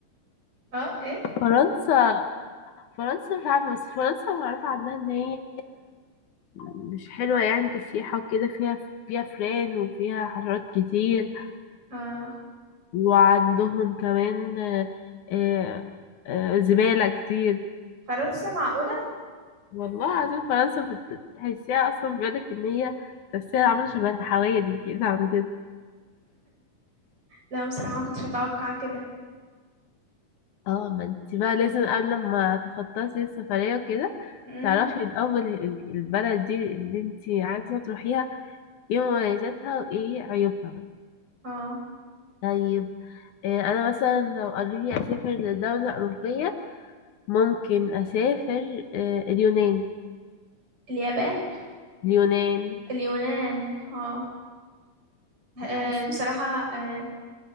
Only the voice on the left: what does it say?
فرنسا فرنسا مش عارفة بس فرنسا معروفة عنها إن هي مش حلوة يعني كسياحة وكده فيها فيها فئران وفيها حشرات كتير
وعندهم كمان آه، آه، آه، زبالة كتير
والله العظيم فرنسا بت- بتحسيها أصلا بيقولك إن هي تحسيها عاملة شبه الحوايا دي كده عندنا
اه ما انت بقى لازم قبل ما تخططي السفرية وكده
تعرفي الأول ال- البلد دي اللي انت عايزة تروحيها ايه مميزاتها وايه عيوبها
طيب آه، انا مثلا لو قالوا لي اسافر لدولة أوروبية ممكن اسافر آه، اليونان
اليونان
بحس